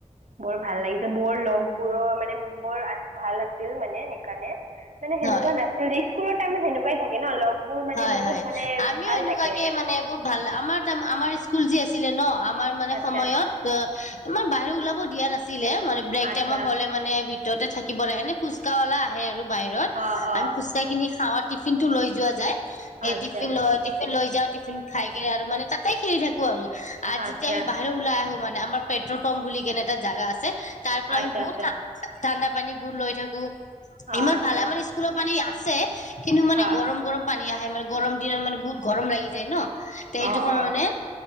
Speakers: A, on the right; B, on the left.
A: বৰ ভাল লাগিছে বৰ লগ বোৰৰ মানে বৰ ভাল আছিল মানে সেইকাৰণে। মানে সেনেকুৱা
B: হয়
A: নাছিল স্কুলৰ টাইমত সেনেকুৱাই থাকে ন লগবোৰ মানে
B: হয়
A: বহুত
B: হয়
A: মানে
B: আমিও
A: ভাল
B: এনেকুৱাকে
A: থাকে।
B: মানে বহুত ভাল আমাৰ আমাৰ স্কুল যি আছিলে ন আমাৰ মানে
A: আচ্ছা
B: সময়ত অ', আমাৰ বাহিৰ ওলাব দিয়া নাছিলে মানে ব্ৰেক
A: আচ্ছা
B: টাইমৰ হ'লে মানে। ভিতৰতে থাকিব লাগে এনে ফুচকাৱালা আহে আৰু বাহিৰত
A: অ অ
B: আমি ফুচকা খিনি খাওঁ টিফিন টো লৈ যোৱা যায়। সেই
A: আচ্ছা
B: টিফিন লৈ, টিফিন লৈ যাওঁ টিফিন খাই কেনে আৰু মানে তাতে খেলি থাকো আৰু। আৰু
A: আচ্ছা
B: যেতিয়া আমি বাহিৰ ওলাই আহো মানে আমাৰ পেট্ৰলপাম্প বুলি কেনে এটা জাগা আছে তাৰ পৰা
A: আচ্ছা
B: আমি বহুত
A: আচ্ছা আচ্ছা
B: ঠাণ্ডা পানী বোৰ লৈ থাকো
A: আচ্ছা
B: ইমান ভাল আমাৰ স্কুলৰ পানী আছে। কিন্তু মানে
A: হা
B: গৰম, গৰম পানী আহে, মানে গৰম দিনত মানে বহুত গৰম লাগি যায় ন। সেইটো
A: অ
B: কাৰণে
A: অ